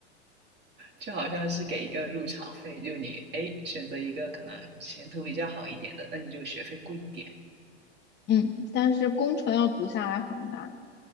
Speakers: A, on the right (about 30°); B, on the left (about 30°).
A: 就好像是给一个入场费，就你哎选择一个可能前途比较好一点的，那你就学费贵一点。
B: 嗯，但是工程要读下来很难，